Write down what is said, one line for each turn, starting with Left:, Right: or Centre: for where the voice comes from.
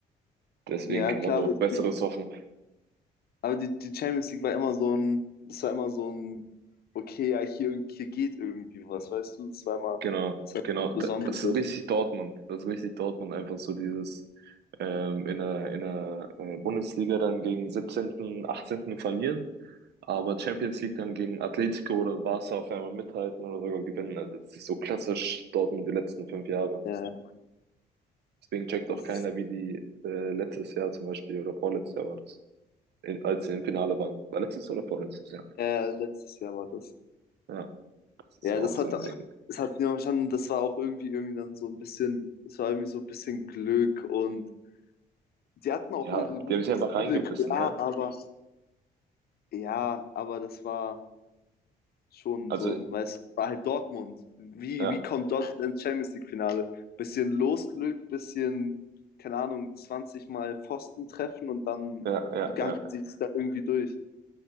Right: Deswegen
Left: Ja,
Right: kann
Left: klar
Right: man noch
Left: wird
Right: Besseres hoffen.
Left: Aber die, die Champions League war immer so ein, es war immer so ein, okay, ja, hier, hier geht irgendwie was, weißt du? Das war immer,
Right: Genau,
Left: das war
Right: genau. Da-
Left: Besonderes.
Right: Das ist richtig Dortmund. Das ist richtig Dortmund. Einfach so dieses ähm, in der, in der äh, Bundesliga dann gegen 17., 18. verlieren, aber Champions League dann gegen Atletico oder Barca auf einmal mithalten oder sogar gewinnen. Also es ist so klassisch Dortmund die letzten fünf Jahre.
Left: Ja, ja,
Right: Deswegen checkt
Left: das
Right: auch keiner,
Left: ist,
Right: wie die äh, letztes Jahr zum Beispiel oder vorletztes Jahr war das, in, als sie im Finale waren. War letztes oder vorletztes Jahr?
Left: ja, ja, letztes Jahr war das.
Right: Ja, das ist
Left: Ja,
Right: ja auch
Left: das
Right: so
Left: hat,
Right: ein Ding.
Left: das hat mir schon, das war auch irgendwie, irgendwie dann so ein bisschen, das war irgendwie so ein bisschen Glück und die hatten auch
Right: Ja,
Left: ihre guten
Right: die haben sich einfach
Left: Spiele,
Right: reingebissen,
Left: klar,
Right: ne?
Left: aber ja, aber das war. schon
Right: Also,
Left: so ein, weißt du, war halt Dortmund. Wie,
Right: ja,
Left: wie kommt Dortmund ins Champions League-Finale? Bisschen Losglück, bisschen, keine Ahnung, 20 Mal Pfosten treffen und dann
Right: ja, ja,
Left: gangen
Right: ja.
Left: sie es da irgendwie durch.